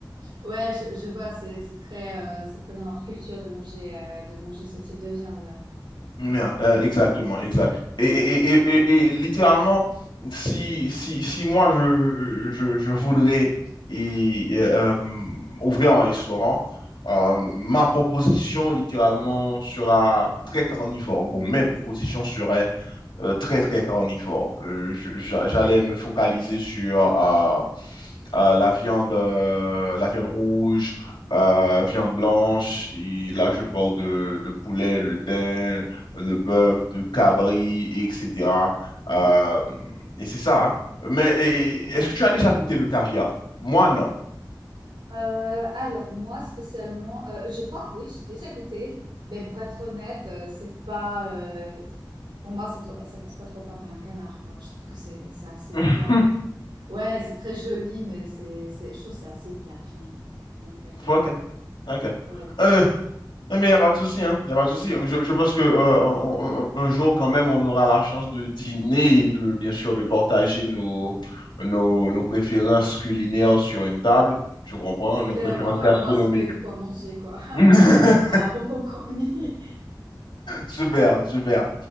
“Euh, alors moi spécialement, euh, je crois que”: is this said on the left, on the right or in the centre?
Right